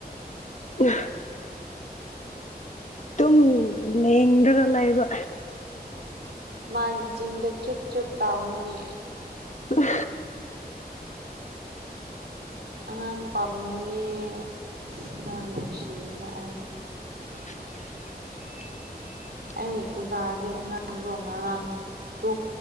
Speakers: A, on the left (about 45°); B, on the right (about 75°).
A: <inaudible> ꯑꯗꯨꯝ ꯂꯦꯡꯗꯒ ꯂꯩꯕ
B: ꯃꯥꯒꯤ ꯆꯗ ꯆꯨꯞꯨꯞ ꯆꯨꯞꯨꯞ ꯇꯥꯥꯎꯅꯤꯡꯉ
A: ꯎ
B: ꯑꯉꯥꯡ ꯄꯥꯝꯅꯤꯡꯉꯦ ꯑ ꯑꯉꯥꯡ ꯅꯨꯡꯁꯤꯌꯅ ꯑꯩꯅ
A: <inaudible>
B: ꯑꯩ ꯑꯣꯖꯥꯒꯤ ꯑꯉꯥꯡ ꯗ ꯃꯥꯡ ꯇ